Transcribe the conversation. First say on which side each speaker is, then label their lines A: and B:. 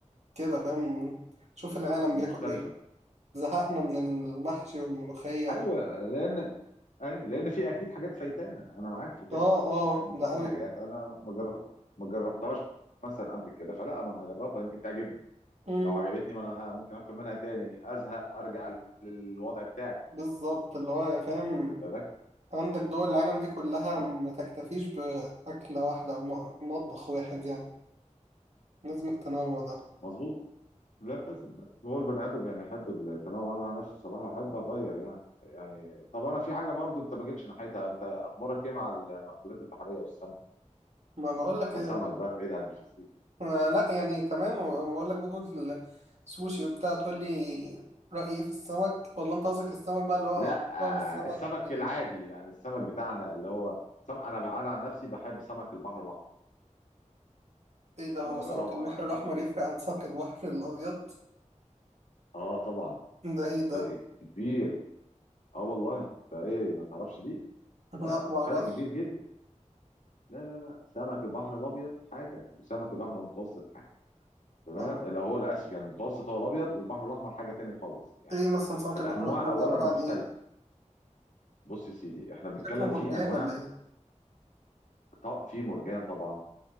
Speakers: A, on the right; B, on the left.
A: كده فاهم شوف العالم
B: مختلفة
A: بياكل إيه زهقنا من المحشي والملوخية
B: ايوه
A: وال...
B: لان ايوه لان في اكيد حاجات فايتانا انا معاك في كده
A: آه آه
B: يعني انت
A: ده
B: في حاجات انا ما جرب ما جربتهاش مثلا قبل كده فلا ما انا اجربها يمكن تعجبني
A: أوي
B: لو عجبتني ما انا ه- ممكن اكل منها تاني ازهق ارجع للوضع بتاعي
A: بالظبط اللي هو يا فاهم
B: واخد بالك
A: عندك دول العالم دي كلها
B: لا،
A: ما تكتفيش بأكلة واحدة أو م- مطبخ واحد يعني لازم التنوع ده
B: مظبوط لازم هو البني ادم يعني يحب التنوع انا عن نفسي صراحه احب اغير يعني يعني طب انا في حاجه برضو انت ما جيتش ناحيتها انت اخبارك ايه مع المأكولات البحريه والسمك
A: ما بقول لك
B: كسمك بقى بعيد عن الفسيخ
A: لا يعني تمام بقول لك باكل سوشي وبتاع تقول لي رأيي إيه في السمك ولا أنت قصدك السمك بقى اللي هو
B: لا
A: طعم السمك
B: آه، السمك
A: ال...
B: العادي يعني السمك بتاعنا اللي هو سم... انا ب... انا عن نفسي بحب سمك البحر الاحمر
A: إيه ده هو
B: آه،
A: سمك
B: روعه
A: البحر
B: يعني
A: الأحمر
B: من
A: يفرق عن سمك البحر الأبيض
B: اه طبعا
A: ده إيه ده
B: فرق كبير اه والله ده ايه ما تعرفش دي
A: لا
B: لا
A: معرفش
B: ده فرق كبير جدا لا لا لا سمك البحر الابيض حاجه وسمك البحر المتوسط حاجه تمام
A: طب
B: لو هو الاسف يعني المتوسط هو الابيض والبحر الاحمر حاجه تاني خالص يعني
A: إيه مثلا سمك
B: الانواع
A: البحر الأحمر
B: اولا
A: ده عبارة
B: مختلفه
A: عن إيه؟
B: بص يا سيدي احنا بنتكلم
A: شكله مرجان
B: في انواع
A: ولا إيه؟
B: ط- في مرجان طبعا